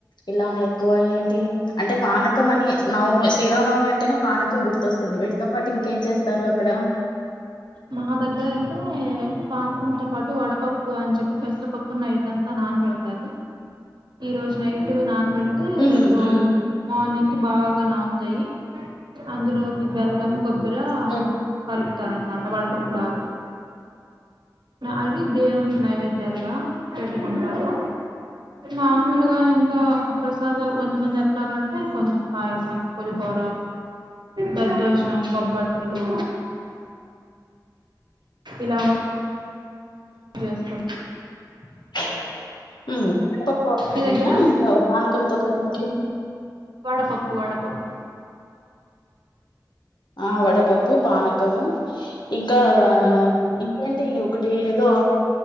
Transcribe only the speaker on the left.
ఇలా ఎక్కువ ఎక్కువ ఏంటి అంటే పానకం అని నమి శ్రీరామనవమి అంటేనే పానకం గుర్తొస్తుంది వీటితో పాటు ఇంకా ఇంకేం చేస్తారు అక్కడ
హుహు.
హ్మ్.
హ్మ్.
<inaudible> ఒక పానకమే
నా పానకంతో పాటు ఇంకేంటి
ఆ వడపప్పు పానకము ఇంకా ఇంకేంటి ఒకటి ఏదో